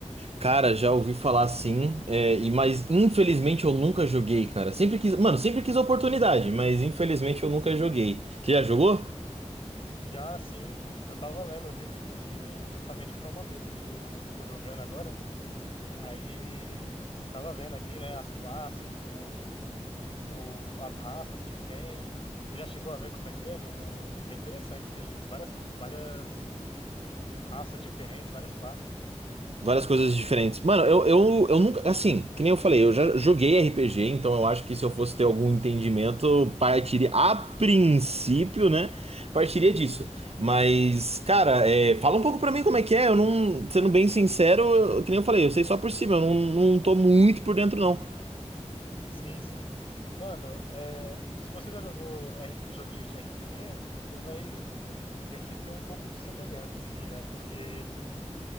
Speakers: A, on the right; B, on the left.
A: Cara, já ouvi falar sim, é, e mas infelizmente eu nunca joguei, cara. Sempre quis, mano, sempre quis a oportunidade, mas infelizmente eu nunca joguei. Você já jogou?
B: Já, sim. Eu tava lendo o livro, inclusive, justamente pra uma mesa que eu tô jogando agora. Aí, tava vendo aqui, né, as classes, o o- as raças que tem. Você já chegou a ver como é que é, mano? É, é interessante, tem várias, várias raças diferentes, várias classes, assim.
A: Várias coisas diferentes. Mano, eu, eu, eu nunca. Assim, que nem eu falei, eu já joguei RPG, então eu acho que se eu fosse ter algum entendimento, partiria. A princípio, né? Partiria disso. Mas, cara, é, fala um pouco pra mim como é que é. Eu não. Sendo bem sincero, eu- que nem eu falei, eu sei só por cima, eu não, não tô muito por dentro, não.
B: Sim, sim. Mano, é, se você já jogou R- os joguinhos de RPG, você vai ver que tem um pouco de semelhança, assim, né? Porque,